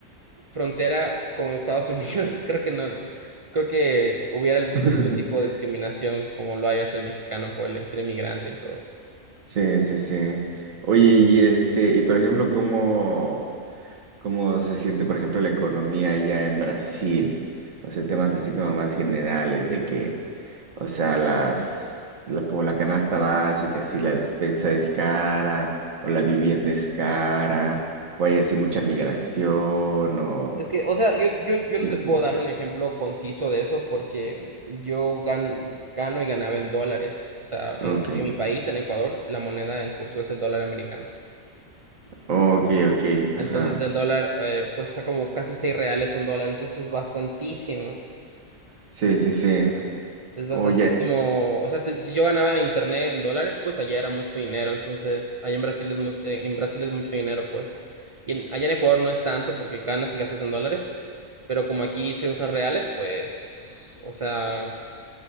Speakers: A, on the right; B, on the right.
A: frontera con Estados Unidos, <laughs> creo que no, creo que hubiera el
B: <laughs>
A: mismo tipo de discriminación como lo hay hacia el mexicano por el- ser inmigrante y todo.
B: Sí, sí, sí. Oye, y este, y por ejemplo, ¿cómo? ¿Cómo se siente, por ejemplo, la economía allá en Brasil? O sea, temas así como más generales de que, o sea, las, la, como la canasta básica, si la despensa es cara o la vivienda es cara, o hay así mucha migración o...
A: Es que, o sea, yo, yo, yo
B: Sí,
A: no te
B: que-
A: puedo dar un ejemplo conciso de eso porque yo gan- gano y ganaba en dólares. O sea,
B: ok,
A: en, en mi país,
B: ujú.
A: en Ecuador, la moneda en curso es el dólar americano.
B: ok, ok,
A: Entonces
B: ajá.
A: el dólar eh, cuesta como casi seis reales un dólar, entonces es bastantísimo.
B: Sí, sí, sí.
A: Es bastantísimo,
B: Oye,
A: o sea, te- si yo ganaba internet en dólares, pues allá era mucho dinero, entonces allá en Brasil es, mu- eh, en Brasil es mucho dinero, pues. Y en- allá en Ecuador no es tanto porque ganas y gastas en dólares, pero como aquí se usan reales, pues, o sea,